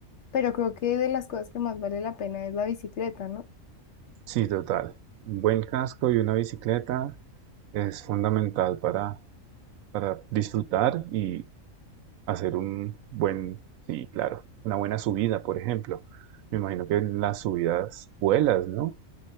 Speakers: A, on the left; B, on the right.
A: pero creo que de las cosas que más vale la pena es la bicicleta, ¿no?
B: Sí, total. Un buen casco y una bicicleta es fundamental para, para disfrutar y hacer un buen, sí, claro, una buena subida, por ejemplo. Me imagino que en las subidas vuelas, ¿no?